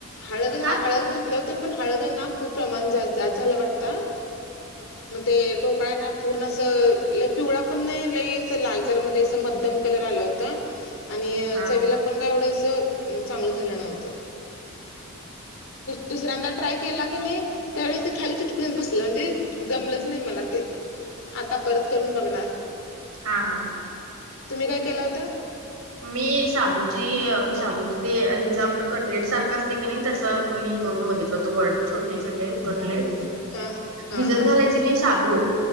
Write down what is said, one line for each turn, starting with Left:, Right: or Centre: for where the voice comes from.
Left: हळद घा
Right: का
Left: हळद घातले होती पण हळद आहे ना खूप प्रमाण जास्त झालं वाटतं.
Right: ह <inaudible>
Left: मग ते ढोकळा आहे ना पूर्ण असं अ पिवळा पण नाही लई असं लालसर मध्ये असं मध्यम कलर आलं होतं.
Right: <inaudible>
Left: आणि
Right: हा
Left: चवीला पण काय एवढंस चांगलं झालं नव्हतं. मग दुसऱ्यांदा ट्राय केला की नाही त्यावेळेस ते खाली चीटकूनच बस ल. म्हणजे जमलंच नाही मला ते, आता परत करून बघणार.
Right: हा हा.
Left: तुम्ही काय केला होता?
Right: मी शाबूची शाबूची ते हेच आपलं कटलेट सारखं असते की नाही तसं. हे करून बघितल हो तो व छोटे छोटे कटलेट
Left: हां हां
Right: भिजत
Left: हां
Right: घालायचे. मी साबू